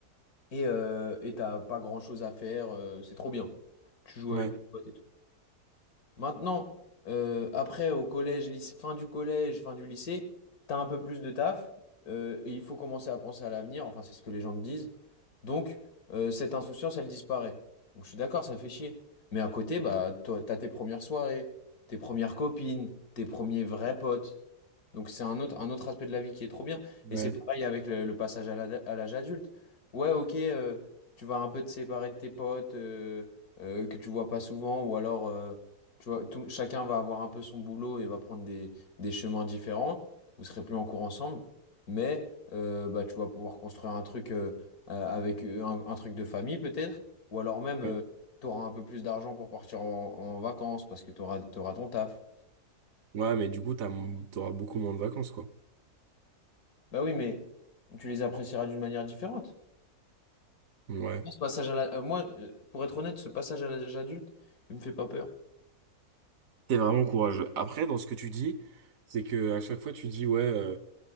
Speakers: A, on the left; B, on the right.
A: et euh, et t'as pas grand-chose à faire, euh, c'est trop bien. Tu joues
B: ouais,
A: avec tes potes et tout. Maintenant, euh, après, au collège, lyc- fin du collège, fin du lycée, t'as un peu plus de taf euh, et il faut commencer à penser à l'avenir. Enfin, c'est ce que les gens me disent. Donc, euh, cette insouciance, elle disparaît. Donc, je suis d'accord, ça fait chier. Mais à côté, bah, toi, t'as tes premières soirées, tes premières copines, tes premiers vrais potes. Donc, c'est un autre, un autre aspect de la vie qui est trop bien.
B: ouais.
A: Et c'est pareil avec le, le passage à la- à l'âge adulte. Ouais, ok, euh, tu vas un peu te séparer de tes potes euh, euh, que tu vois pas souvent ou alors. euh, tu vois, tout- chacun va avoir un peu son boulot et va prendre des, des chemins différents. Vous serez plus en cours ensemble, mais euh, bah, tu vas pouvoir construire un truc euh, euh, avec euh, un, un truc de famille peut-être, ou alors même
B: ouais.
A: tu auras un peu plus d'argent pour partir en, en vacances parce que tu auras, ton taf.
B: Ouais, mais du coup, t'as, t'auras beaucoup moins de vacances, quoi.
A: Bah oui, mais tu les apprécieras d'une manière différente.
B: Ouais.
A: Ce passage à la- euh, moi, euh, pour être honnête, ce passage à l'âge adulte, il me fait pas peur.
B: T'es vraiment courageux. Après, dans ce que tu dis, c'est que à chaque fois, tu dis, ouais, euh,